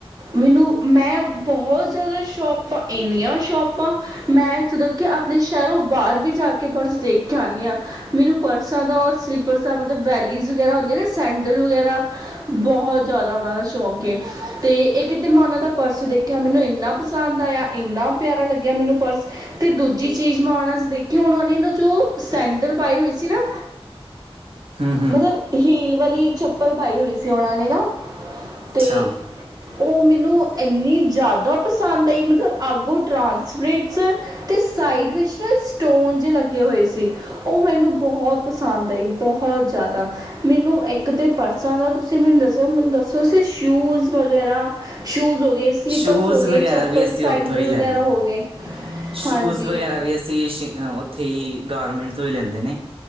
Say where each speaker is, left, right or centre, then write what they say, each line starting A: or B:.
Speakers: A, on the right (about 35°); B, on the right (about 60°).
A: ਮੈਨੂੰ ਮੈਂ ਬਹੋਤ ਜਾ਼ਦਾ ਸ਼ੋਪਾਂ ਇੰਨੀਆਂ ਸ਼ੋਪਾਂ ਮੈਂ ਇਥੋਂ ਕਿ ਆਪਣੇ ਸ਼ਹਿਰੋਂ ਬਾਹਰ ਵੀ ਜਾ ਕੇ ਪਰਸ ਦੇਖ ਕੇ ਆਨੀ ਹਾਂ। ਮੈਨੂੰ ਪਰਸਾਂ ਦਾ ਹੋਰ ਸਲਿਪਰਸ ਦਾ ਮਤਲਬ ਵੈਲੀਜ਼ ਵਗੈਰਾ ਹੁੰਦੀ ਨਾ ਸੈਂਡਲ ਵਗੈਰਾ ਬਹੋਤ ਜ਼ਿਆਦਾ ਉਹਨਾਂ ਦਾ ਸ਼ੌਂਕ ਏ, ਤੇ ਇੱਕ ਤੇ ਮੈਂ ੳਨਾ ਦਾ ਪਰਸ ਦੇਖਿਆ ਮੈਨੂੰ ਏਨਾ ਪਸੰਦ ਆਇਆ ਏਨਾ ਪਿਆਰਾ ਲੱਗਿਆ ਮੈਨੂੰ ਪਰਸ ਤੇ ਦੂਜੀ ਚੀਜ਼ ਮੈਂ ਉਹਨਾ ਚ ਦੇਖੀ ੳਨਾ ਨੇ ਜੋ ਸੈਂਡਲ ਪਾਏ ਹੋਈ ਸੀ ਨਾ
B: ਹੂੰ ਹੂੰ
A: ਮਤਲਬ ਹੀਲ ਵਾਲੀ ਚੱਪਲ ਪਾਈ ਹੋਈ ਸੀ ਉਹਨਾ ਨੇ ਨਾ।
B: ਅੱਛਾ
A: ਤੇ ਉਹ ਮੈਨੂੰ ਏਨੀ ਜ਼ਿਆਦਾ ਪਸੰਦ ਆਈ ਮਤਲਬ ਅੱਗੋਂ ਟਰਾਂਸਫਿਸਚ ਤੇ ਸਾਈਡ ਵਿੱਚ ਨਾ ਸਟੋਨ ਜੇ ਲੱਗੇ ਹੋਏ ਸੀ। ਉਹ ਮੈਨੂੰ ਬਹੋਤ ਪਸੰਦ ਆਈ ਬਹੋਤ ਜਾ਼ਦਾ। ਮੈਨੂੰ ਇੱਕ ਤੇ ਪਰਸਾਂ ਦਾ ਤੁਸੀਂ ਮੈਨੂੰ ਦੱਸਿਆ ਮੈਨੂੰ ਦੱਸੋ ਸ਼ੂਜ ਵਗੈਰਾ ਸ਼ੂਜ਼ ਹੋ ਗਏ, ਸਲੀਪਰਸ
B: ਸ਼ੂਜ਼
A: ਹੋ ਗਏ,
B: ਵਗੈਰਾ
A: ਚੱਪਲ,
B: ਵੀ ਅਸੀਂ
A: ਸੈਂਡਲ
B: ਉੱਥੋਂ ਹੀ ਲੈਂਦੇ
A: ਵਗੈਰਾ ਹੋ ਗਏ।
B: ਸ਼ੂਜ਼
A: ਹਾਂਜੀ
B: ਵਗੈਰਾ ਵੀ ਅਸੀਂ ਸੀ ਉੱਥੇ ਹੀ ਗਾਰਮੈਂਟ ਤੋਂ ਹੀ ਲੈਂਦੇ ਨੇ।